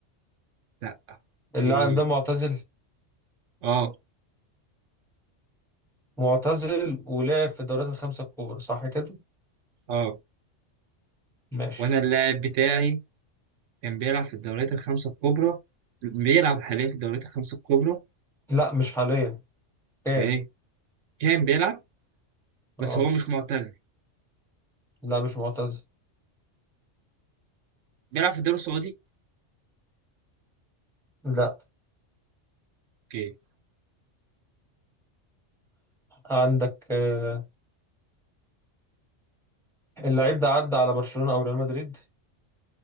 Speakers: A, on the right; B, in the centre.
A: لا اوكي
B: اللاعب ده معتزل
A: اه
B: معتزل ولعب في الدوريات الخمسه الكبرى صح كده
A: اه
B: ماشي
A: وانا اللاعب بتاعي كان بيلعب في الدوريات الخمسة الكبرى بيلعب حاليا في الدوريات الخمسة الكبرى
B: لا مش حاليا كان
A: ايه كان بيلعب بس
B: اه
A: هو مش معتزل
B: لا مش معتزل
A: بيلعب في الدوري السعودي
B: لا
A: اوكي
B: عندك آه، اللعيب ده عدى على برشلونة او ريال مدريد